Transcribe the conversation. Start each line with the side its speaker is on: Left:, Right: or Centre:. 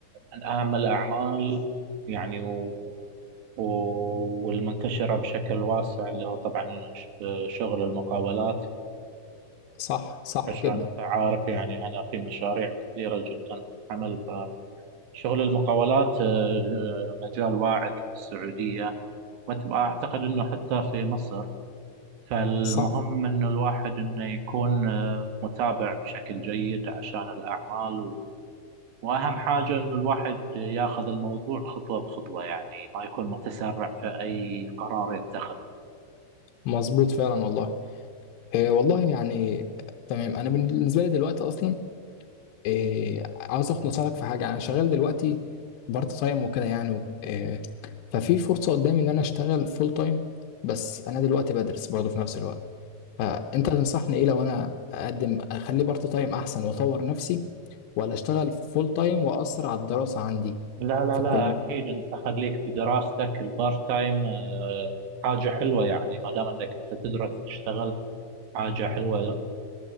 Right: من أهم الأعمال يعني و و- والمنتشرة بشكل واسع اللي هو طبعا ش- شغل المقاولات
Left: صح صح
Right: عشان
Left: كده
Right: أنت عارف يعني هنا في مشاريع كثيرة جدا تتعمل شغل المقاولات آه، آه، مجال واعد في السعودية وأعتقد أنه حتى في مصر فالمهم
Left: صح
Right: أنه الواحد أنه يكون آه، متابع بشكل جيد عشان الأعمال و... وأهم حاجة أنه الواحد ياخذ الموضوع خطوة بخطوة يعني ما يكون متسرع في أي قرار يتخذه
Left: مظبوط فعلا والله إيه والله يعني تمام انا بالنسبه لي دلوقتي اصلا إيه عاوز اخد نصيحتك في حاجه انا شغال دلوقتي بارت تايم وكده يعني إيه ففي فرصه قدامي ان انا اشتغل فول تايم بس انا دلوقتي بدرس برضه في نفس الوقت فانت تنصحني ايه لو انا اقدم اخلي بارت تايم احسن واطور نفسي ولا اشتغل فول تايم واثر على الدراسه عندي
Right: لا لا
Left: في
Right: لا
Left: الكليه
Right: أكيد أنت خليك في دراستك البارت تايم آه، حاجة حلوة يعني ما دام أنك أنت تدرس تشتغل حاجة حلوة